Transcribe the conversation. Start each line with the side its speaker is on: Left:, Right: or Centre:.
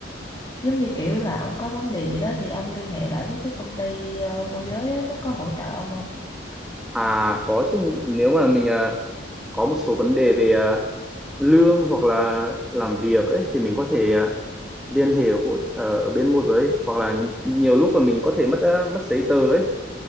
Left: giống như kiểu là ông có vấn đề gì đó thì ông liên hệ lại với cái công ty ờ, môi giới á, nó có hỗ trợ ông không
Centre: À có chứ nếu mà mình à, có một số vấn đề về à, lương hoặc là làm việc ấy thì mình có thể à, liên hệ hộ, ờ, ở bên môi giới hoặc là nhiều lúc là mình có thể mất à, mất giấy tờ ấy